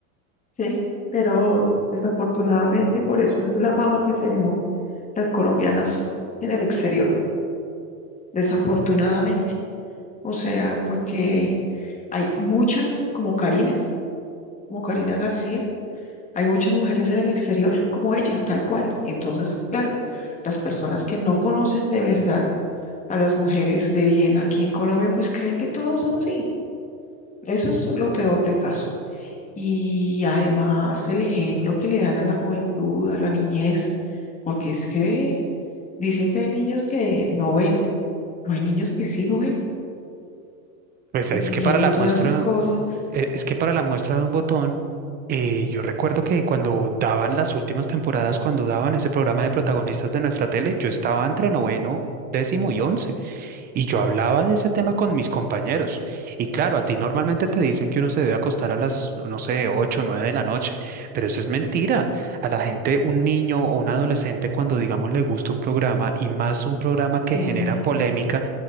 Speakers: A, on the left (about 15°); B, on the right (about 20°).
A: Sí, pero desafortunadamente, y por eso es la fama que tenemos las colombianas en el exterior, desafortunadamente. O sea, porque hay muchas, como Karina, como Karina García, hay muchas mujeres en el exterior como ella, tal cual. Entonces, claro, las personas que no conocen de verdad a las mujeres de bien aquí en Colombia, pues creen que todas son así. Eso es lo peor del caso. y además el ejemplo que le dan a la juventud, a la niñez, porque es que dicen que hay niños que no ven, no hay niños que sí lo ven,
B: Pues es
A: y
B: que
A: y viendo
B: para la
A: todas
B: muestra...
A: esas cosas,
B: Eh, Es que para la muestra de un botón, eh, yo recuerdo que cuando daban las últimas temporadas, cuando daban ese programa de protagonistas de nuestra tele, yo estaba entre noveno, décimo y once, y yo hablaba de ese tema con mis compañeros. Y claro, a ti normalmente te dicen que uno se debe acostar a las, no sé, ocho o nueve de la noche, pero eso es mentira. A la gente, un niño o un adolescente, cuando digamos le gusta un programa y más un programa que
A: eh,
B: genera polémica,